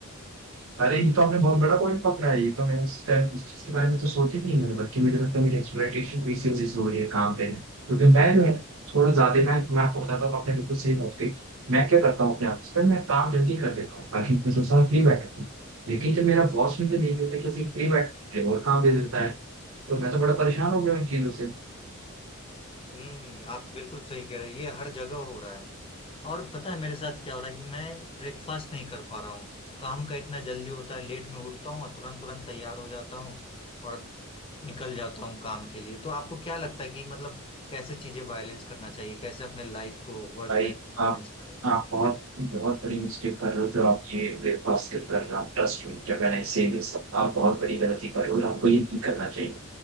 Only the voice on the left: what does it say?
हम्म आप बिल्कुल सही कह रहे हैं ये हर जगह हो रहा है और पता है मेरे साथ क्या हो रहा है कि मैं ब्रेकफास्ट नहीं कर पा रहा हूँ काम का इतना जल्दी होता है लेट में उठता हूँ और तुरंत तुरंत तैयार हो जाता हूँ और निकल जाता हूँ काम के लिए तो आपको क्या लगता है कि मतलब कैसे चीजें बैलेंस करना चाहिए कैसे अपने लाइफ को वर्क
लाइफ को बैलेंस
करें